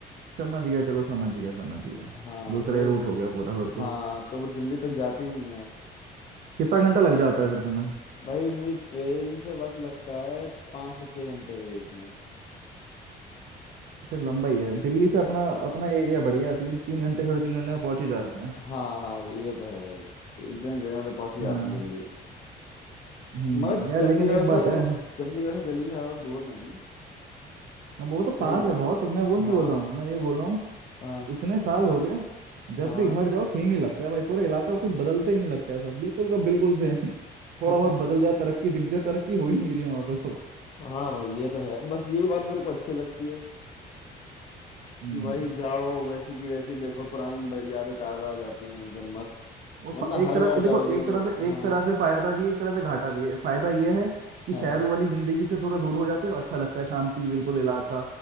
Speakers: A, on the right (about 60°); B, on the left (about 40°).
A: समझ गया चलो समझ गया समझ गया
B: हाँ
A: दूसरा
B: तो
A: ही रूट हो गया पूरा फिर तो
B: हाँ तो वो दिल्ली तक जाती ही नहीं है
A: कितना घंटा लग जाता है फिर तुम्हें
B: भाई मुझे ट्रेन से वक्त लगता है पाँच से छह घंटे के बीच में
A: फिर लंबा ही है दिल्ली से अपना अपना एरिया बढ़िया है तीन तीन घंटे साढ़े तीन घंटे में पहुंच ही जाते हैं
B: हाँ हाँ ये तो है भाई इतने देर में तो पहुंच ही जाते
A: हाँ
B: हैं दिल्ली
A: हम्म
B: मगर
A: यार
B: चंडीगढ़
A: लेकिन एक
B: से
A: बात है
B: चंडीगढ़ से दिल्ली ज्यादा दूर नहीं है
A: अब वो तो पास
B: सही है
A: है बहुत मैं वो नहीं
B: हाँ
A: बोल रहा हूँ मैं ये बोल रहा हूँ
B: हाँ
A: इतने साल हो गए जब
B: हाँ
A: भी घर जाओ सेम ही लगता है भाई पूरा इलाका कुछ बदलता ही नहीं लगता है सर बिल्कुल का बिल्कुल सेम थोड़ा
B: <laughs>
A: बहुत बदल जाए तरक्की दिख जाए तरक्की हो ही नहीं रही है वहां पे तो
B: हाँ भाई ये तो है बस यही बात मेरे को अच्छी लगती है
A: हम्म
B: कि भाई जाओ वैसी की वैसी देखो पुरानी ब- यादें ताजा हो जाती हैं एकदम मस्त
A: वो
B: वरना
A: फ- एक
B: हर
A: तरह
B: बार
A: ये देखो
B: जाओगे
A: एक तरह से एक
B: हाँ
A: तरह से फायदा भी है एक तरह से घाटा भी है फायदा ये है कि
B: हाँ
A: शहर वाली जिंदगी से थोड़ा दूर हो जाते हो अच्छा लगता है शांति बिल्कुल इलाका